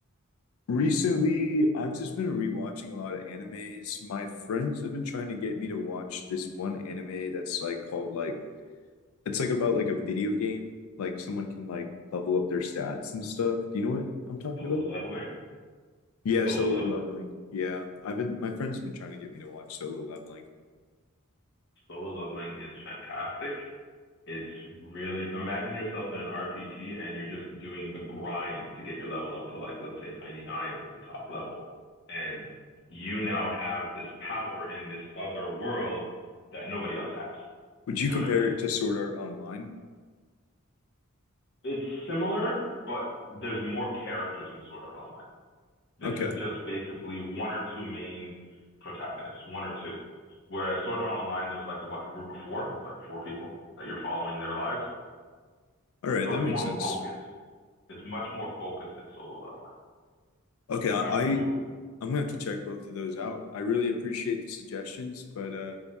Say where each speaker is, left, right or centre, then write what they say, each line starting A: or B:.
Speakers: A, on the left; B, on the left.
A: Recently, I've just been rewatching a lot of animes. My friends have been trying to get me to watch this one anime that's like called like it's like about like a video game. Like someone can like level up their stats and stuff. Do you know what I'm talking
B: Solo
A: about?
B: Leveling.
A: Yeah,
B: Solo
A: solo
B: Leveling.
A: leveling. Yeah. I've been my friends have been trying to get me to watch solo leveling.
B: Solo Leveling is fantastic. It's really imagine yourself in an RPG and you're just doing the grind to get your level up to like let's say 99 is the top level. And you now have this power in this other world that nobody else has.
A: Would
B: You
A: you
B: know
A: compare
B: what I mean?
A: it to Sword Art Online?
B: It's similar, but there's more characters in Sword Art Online. This
A: Okay.
B: is just basically one or two main protagonists, one or two. Whereas Sword Art Online, there's like a what, a group of four? It's like four people that you're following their lives.
A: All right,
B: So
A: that
B: it's
A: makes
B: more
A: sense.
B: focused. It's much more focused than solo leveling.
A: Okay, I,
B: Absolutely.
A: I I'm gonna have to check both of those out. I really appreciate the suggestions, but uh,